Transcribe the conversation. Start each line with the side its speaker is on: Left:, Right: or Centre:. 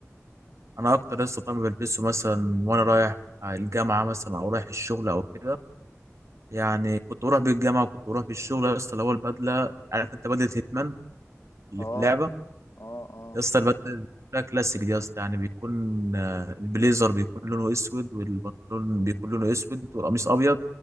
Right: انا اكتر لسه طبعا بلبسه مثلا وانا رايح الجامعه مثلا او رايح الشغل او كده يعني كنت بروح بيه الجامعه وكنت بروح بيه الشغل يا اسطى اللي هو البدله عارف انت بدله هيتمان اللي
Left: اه
Right: في اللعبه
Left: اه اه
Right: يا اسطى البدله بقى كلاسيك دي يا اسطى يعني بيكون آه، البليزر بيكون لونه اسود والبنطلون بيكون لونه اسود والقميص ابيض